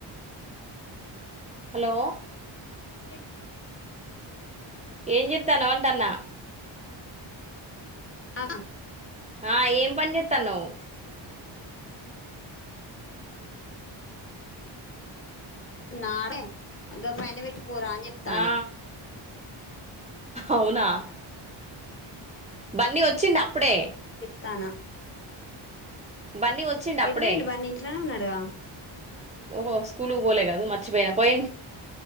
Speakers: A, on the right; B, on the left.
A: hello
B: ఇచే
A: ఏం చేత్తన్నావ్ అంటన్న
B: ఆ
A: ఆ ఏం పని చేత్తన్నావ్
B: నాడే గ పైన పెట్టి పోరా అని చెప్తాన
A: ఆ అవునా బన్నీ వచ్చిండా అప్పుడే
B: తన
A: బన్నీ వచ్చిండ అప్పుడే
B: పోయిండు వాన్ని ఇంట్లోనే ఉన్నాడుగా
A: ఓహో స్కూల్ కు పోలే కాదు మర్చిపోయినా పోయిడి